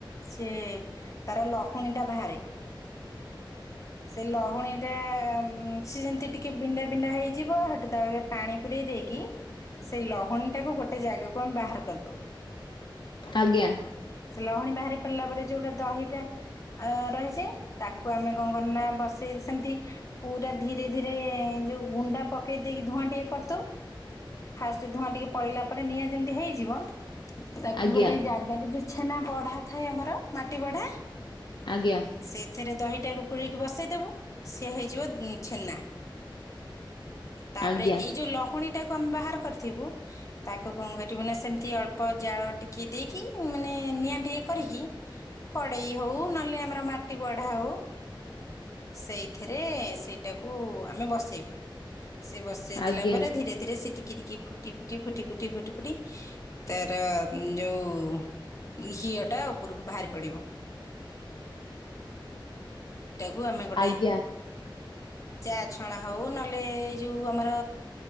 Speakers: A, on the left; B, on the left.
A: ସେ ତାର ଲହୁଣୀଟା ବାହାରେ। ସେ ଲହୁଣୀଟା ସେ ଯେମତି ଟିକେ ବିଣ୍ଡା ବିଣ୍ଡା ହେଇଯିବ ସେଠୁ ତା ପାଣି ପୁରେଇ ଦେଇକି ସେଇ ଲହୁଣୀଟାକୁ ଗୋଟେ ଜାଗାକୁ ଆମେ ବାହାର କରିଦଉ।
B: ଆଜ୍ଞା।
A: ସେ ଲହୁଣୀ ବାହାରି ପରିଲା ପରେ ଯୋଉଟା ଦହିଟା ରହିଛି ତାକୁ ଆମେ କଣ କରିବୁ ନା ବସେଇ ସେମତି ପୁରା ଧୀରେ ଧୀରେ ଯୋଉ ଗୁଣ୍ଡା ପକେଇ ଦେଇକି ଧୂଆଁ ଟିକେ କରିଦୋଉ। ଫାଷ୍ଟ ଧୂଆଁ ଟିକେ ପଲେଇଲା ପରେ ନିଆଁ ଯେମିତି ହେଇଯିବ ତାକୁ
B: ଆଜ୍ଞା
A: ଗୋଟେ ଜାଗାରେ ଯୋଉ ଛେନା ବଢା ଥାଏ ଆମର ମାଟି ବଢା
B: ଆଜ୍ଞା।
A: ସେଇଥିରେ ଦହିଟାକୁ ପୁୁରେଇକି ବସେଇଦବୁ ସିଏ ହେଇଯିବ ଛେନା। ତାପରେ
B: ଆଜ୍ଞା
A: ଏଇ ଯୋଉ ଲହୁଣୀଟାକୁ ଆମେ ବାହାର କରିଥିବୁ ତାକୁ କଣ କରିବୁ ନା ସେମିତି ଅଳ୍ପ ଜାଳ ଟିକିଏ ଦେଇକି ମାନେ ନିଆଁ ଟିକେ କରିକି କଡ଼େଇ ହଉ ନହେଲେ ଆମର ମାଟି ବଢ଼ା ହଉ ସେଇଥିରେ ସେଇଟାକୁ ଆମେ ବସେଇବୁ ସେ ବସେଇ
B: ଆଜ୍ଞା
A: ଦେଲାପରେ ଧୀରେ ଏଥିରେ ସେ ଟିକି ଟିକି ଫୁଟି ଫୁଟି ଫୁଟି ଫୁଟି ଫୁଟି ଫୁଟି ତାର ଯୋଉ ଘିଅଟା ଉପରୁକୁ ବାହାରି ପଡ଼ିବ। କୁ ଆମେ ଗୋଟେ
B: ଆଜ୍ଞା ଆଜ୍ଞା
A: ଚା ଛଣା ହଉ ନହେଲେ ଏଇ ଯୋଉ ଆମର